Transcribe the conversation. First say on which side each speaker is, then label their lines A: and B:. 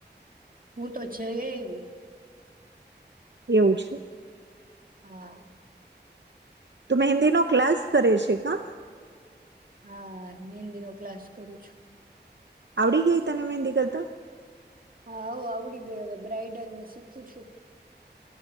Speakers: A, on the right; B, on the right.
A: હું તો જઈ વી.
B: એવું છે.
A: હા.
B: તું મહેંદીનો ક્લાસ કરે છે કા?
A: હા મેંદી નો ક્લાસ કરું છું.
B: આવડી ગય તને મહેંદી કરતા?
A: હા આવ આવડી ગે હવે બ્રઇડલ ની શીખું છું.